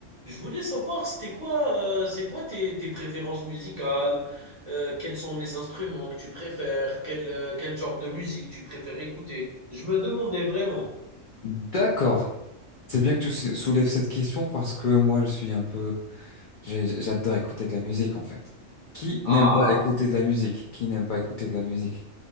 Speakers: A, on the right; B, on the left.
A: Je voulais savoir, c'était quoi, euh, c'est quoi tes, tes préférences musicales? Euh, quels sont les instruments que tu préfères? Quel, euh, quel genre de musique tu préfères écouter? Je me demandais vraiment.
B: D'accord. C'est bien que tu sou- soulèves cette question parce que moi, je suis un peu, j'ai- j'adore écouter de la musique, en fait. Qui
A: Ah
B: n'aime pas écouter de la musique? Qui n'aime pas écouter de la musique?